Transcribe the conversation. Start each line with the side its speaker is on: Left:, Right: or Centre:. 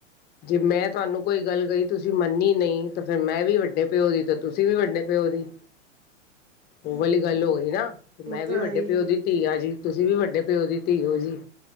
Left: ਜੇ ਮੈਂ ਤੁਹਾਨੂੰ ਕੋਈ ਗੱਲ ਕਹੀ ਤੁਸੀਂ ਮੰਨੀ ਨਹੀਂ ਤਾਂ ਫਿਰ ਮੈਂ ਵੀ ਵੱਡੇ ਪਿਓ ਦੀ ਤਾਂ ਤੁਸੀਂ ਵੀ ਵੱਡੇ ਪਿਓ ਦੀ। ਉਹ ਵਾਲੀ ਗੱਲ ਹੋ ਗਈ ਨਾ
Right: ਉਹ
Left: ਮੈਂ
Right: ਤਾਂ
Left: ਵੀ ਵੱਡੇ
Right: ਹੈ ਹੀ
Left: ਪਿਓ ਦੀ ਧੀ ਆ ਜੀ ਤੁਸੀਂ ਵੀ ਵੱਡੇ ਪਿਓ ਦੀ ਧੀਓ ਜੀ